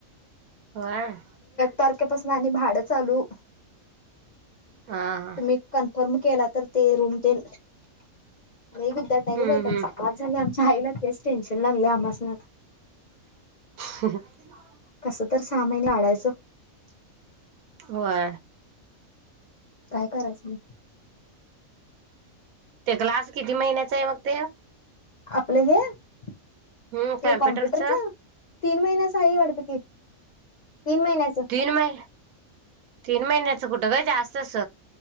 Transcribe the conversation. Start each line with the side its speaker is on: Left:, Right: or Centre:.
Right: होय.
Left: तारखेपासनं आणि भाडं चालू.
Right: हा हा
Left: तुम्ही कन्फर्म केलात तर ते रूम तेन लय <unintelligible> आहे
Right: हम्म
Left: गं बाई त्याचा
Right: हम्म
Left: बास झालंय आम च्या आईला तेच टेन्शन लागलंय आमासनी आता.
Right: <inaudible>
Left: कसं तर सां महिलाडायच <unintelligible>
Right: होय
Left: काय करायचं.
Right: <unintelligible> ते क्लास किती महिन्याच आहे मग ते
Left: आपलं हे ते
Right: हम्म
Left: कॉम्प्युटरच
Right: हा
Left: तीन महिन्याच आहे वाटत कि तीन महिन्याच
Right: तीन महिने तीन महिन्याचं कुठं ग जास्त अस